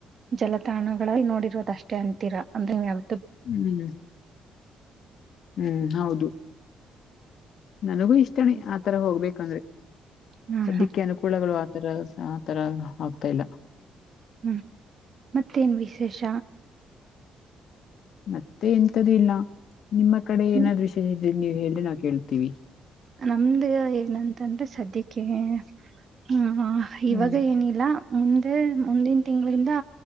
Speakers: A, on the right (about 50°); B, on the left (about 70°).
A: ಜಲತಾಣಗಳ ನೋಡಿರೋದಷ್ಟೇ ಅಂತೀರಾ ಅಂದ್ರೆ ನೀವ
B: ಹ್ಮ್ ಹ್ಮ್ ಹೌದು ನನಗೂ ಇಷ್ಟನಿ
A: ಹೌದು.
B: ಆತರ ಹೋಗ್ಬೇಕಂದ್ರೆ
A: ಹ್ಮ್
B: ಸದ್ಯಕ್ಕೆ
A: ಹ್ಮ್
B: ಅನುಕೂಲಗಳು ಆತರ ಆ ತರ ಆಗ್ತಾ ಇಲ್ಲ
A: ಹ್ಮ್ ಮತ್ತೇನ್ ವಿಶೇಷ
B: ಮತ್ತೆ ಎಂತದ ಇಲ್ಲ ನಿಮ್ಮ ಕಡೆ ಏನಾದ್
A: ಹ್ಮ್,
B: ವಿಷ ಇದ್ರಿ ನೀವು ಹೇಳ್ರಿ ನಾ ಕೇಳ್ತೀವಿ
A: ನಮ್ದು ಏನಂತಂದ್ರೆ ಸದ್ಯಕ್ಕೆ ಹ್ಮ ಇವಾಗ
B: ಹ್ಮ್
A: ಏನಿಲ್ಲ ಮುಂದೆ ಮುಂದಿನ ತಿಂಗಳ